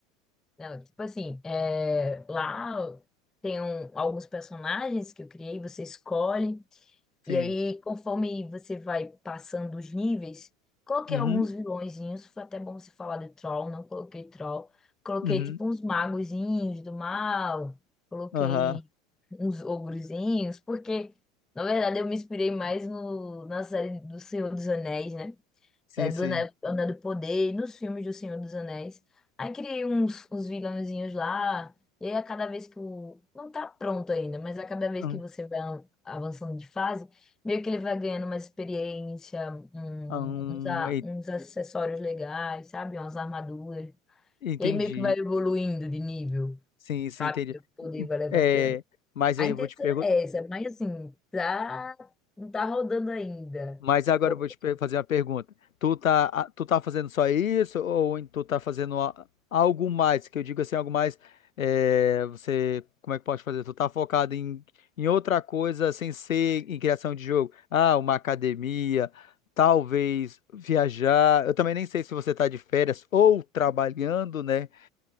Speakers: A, in the centre; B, on the left.
A: Não, tipo assim, é, lá tem um- alguns personagens que eu criei, você escolhe,
B: Sim.
A: e aí conforme você vai passando os níveis, coloquei
B: Uhum,
A: alguns vilõezinhos, foi até bom você falar de troll, não coloquei troll, coloquei
B: uhum,
A: tipo uns magozinhos do mal, coloquei
B: aham,
A: uns ogrozinhos, porque na verdade eu me inspirei mais no, na série do Senhor dos Anéis, né?
B: Sim,
A: é, do
B: sim.
A: Anel, Anel do Poder, e nos filmes do Senhor dos Anéis. Aí criei uns, uns vilãozinhos lá, e aí a cada vez que o. Não tá pronto ainda, mas a cada vez
B: Hum,
A: que você vai a- avançando de fase, meio que ele vai ganhando uma experiência, um-
B: hum,
A: uns, a-
B: en-
A: uns acessórios legais, sabe? Umas armaduras.
B: entendi.
A: E aí meio que vai evoluindo de nível,
B: Sim, sim,
A: sabe?
B: entendi.
A: O poder vai levantando.
B: É, mas
A: A
B: aí
A: intenção
B: eu vou te perguntar.
A: é essa, mas assim, tá, não tá rodando ainda.
B: Mas agora
A: Pouco
B: eu vou te per-
A: tempo.
B: fazer uma pergunta. Tu tá, a- tu tá fazendo só isso ou em- tu tá fazendo a- algo mais? Que eu digo assim, algo mais. é, você, como é que pode fazer? Tu tá focado em, em outra coisa sem ser em criação de jogo? Ah, uma academia, talvez viajar. Eu também nem sei se você tá de férias ou trabalhando, né?